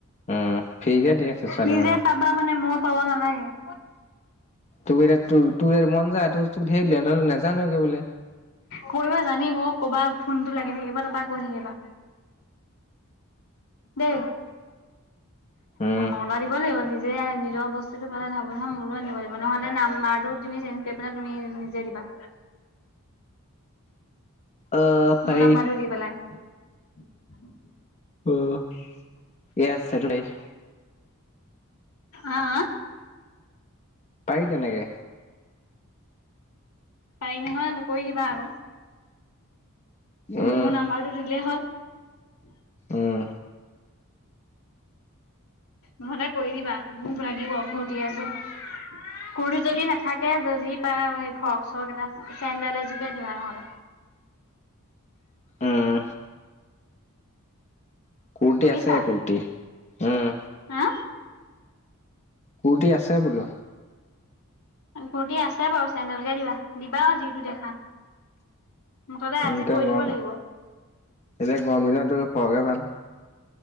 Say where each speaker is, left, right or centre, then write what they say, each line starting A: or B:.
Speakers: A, on the left; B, on the left.
A: উম ফ্ৰীকে দি আছে ছোৱালী
B: নিজে
A: মানুহক
B: পাবা মানে ময়ো পাব নালাগে এ
A: তোৰ কেই- তোৰ তোৰ মন যায় তোৰ তোক ধেৰ দিলে নাজানা কৰিবলে।
B: কৰিবা জানিম অ কবা ফোনটো লাগি থাকিব তাৰপৰা কৈ থাকিবা। দেই
A: উম
B: অৰ্ডাৰ দিব লাগিব নিজে নিজৰ বস্তুটো পালাই নহহয় মোৰলৈ আনিব লাগিব নহ'লে নাম্বাৰটো তুমি চেঞ্জ কৰি পেলাই তুমি নিজে দিবা।
A: অ
B: মোৰ
A: পাৰি
B: নাম্বাৰটো দি পেলাই উ <unintelligible> উ
A: উম ইয়াহ চেটাৰডে আছে।
B: আঁহ
A: পাৰি তেনেকে
B: পাৰি নহয় কৰি দিবা আক
A: উম
B: মোৰ নাম্বাৰটো দিলেই হ'ল <unintelligible>
A: উম
B: মুঠতে কৰি দিবা। মোক লাগিব কুুৰ্তি এযোৰ কুৰ্তি যদি নাথাকে, যি পায় আৰু সেই ফৰক চৰক এটা চেমড এযোৰোকে দিবা নহলে।
A: উম কুৰটি
B: শুনিছা
A: আছে কুুৰটি। উম।
B: হা
A: কোটি আছে বোলো।
B: ঘূৰ্তি আছে বাৰু চাই না বুজাই দিবা দিবা যিটো দেখা। মুঠতে
A: উ
B: আজি
A: এতিয়া
B: কৰি
A: গৰম
B: দিব লাগিব
A: এতিয়া গৰম দিনতো পগে ভাল